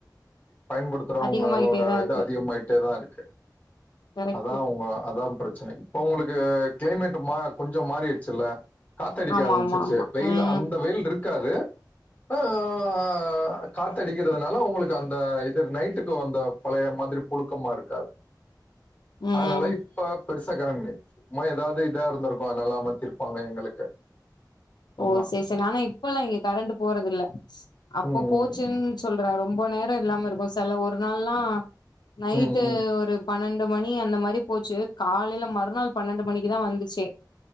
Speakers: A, on the left; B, on the left.
A: பயன்படுத்துறவங்களோட
B: அதிகமாயிட்டேதா
A: இது
B: இருக்கு
A: அதிகமாயிட்டே தா இருக்கு
B: கரெக்ட்
A: அதா உங்க அதா ப்ரச்சன இப்ப ஒங்களுக்கு க்ளைமேட்டு மா கொஞ்சோ மாறிருச்சுல்ல காத்தடிக்க
B: ஆமா
A: ஆரமிச்சிருச்சு
B: ஆமா ஆமா
A: வெயில்
B: ம்
A: அந்த வெயில்ருக்காது அ அ காத்தடிக்கிறதுனால உங்களுக்கு அந்த இது நைட்டுக்கு வந்த பழைய மாதிரி புழுக்கமா இருக்கா
B: ம்
A: அதனால இப்ப பெருசா கரண் கடயா சும்மா எதாவ்து இதா இருந்துருக்கு அதனல்ல அமைச்சிருப்பாங்க எங்களுக்கு ஆமா
B: ஓ செ செ நானா இப்பல்லா இங்க கரண்ட்டு போறது இல்ல அப்ப
A: ம்
B: போச்சுன் சொல் ர ரொம்ப நேரோ இல்லாம இருக்கூ செல ஒரு நாள்லா நைட்டு
A: ம்
B: ஒரு பனண்டு மணி அந்த மாரி போச்சு காலைல மறுநாள் பனண்டு மணிக்கு தா வந்துச்சே